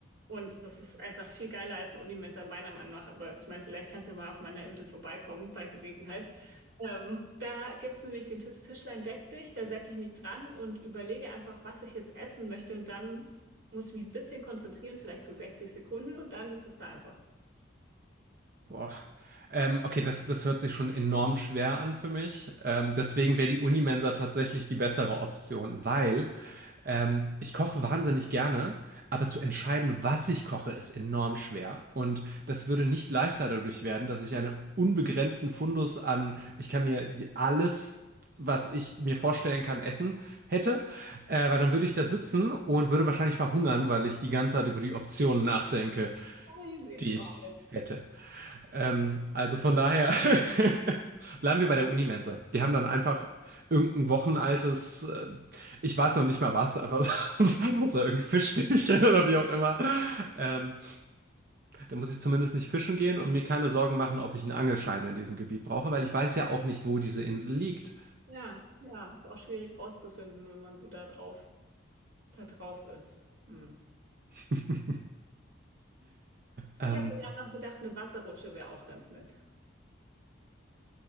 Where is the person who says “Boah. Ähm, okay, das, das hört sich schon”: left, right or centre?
Right